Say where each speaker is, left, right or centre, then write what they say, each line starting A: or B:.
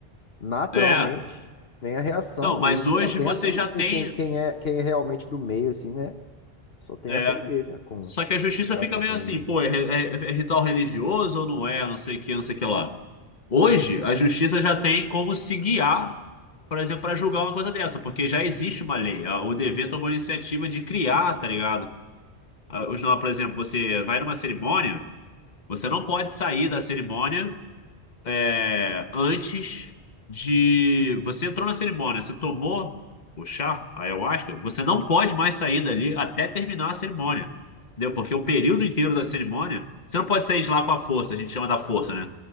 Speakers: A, on the left; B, on the left.
A: Naturalmente,
B: É.
A: vem a reação
B: Não, mas
A: e ele
B: hoje
A: só tem
B: você
A: a perder.
B: já tem.
A: E Quem, quem é, quem é realmente do meio, assim, né? Só tem
B: É.
A: a perder, cara, com,
B: Só que a justiça
A: sei lá,
B: fica
A: qualquer
B: meio assim,
A: regime.
B: pô, é, é- é ritual religioso ou não é? Não sei o que, não sei o que lá. Hoje, a justiça já tem como se guiar, por exemplo, para julgar uma coisa dessa, porque já existe uma lei. A ODV tomou a iniciativa de criar, tá ligado? Ah, Os, não, por exemplo, você vai numa cerimônia, você não pode sair da cerimônia é, antes de. Você entrou na cerimônia, você tomou o chá, a ayahuasca, você não pode mais sair dali até terminar a cerimônia. Entendeu? Porque o período inteiro da cerimônia, você não pode sair de lá com a força, a gente chama da força, né?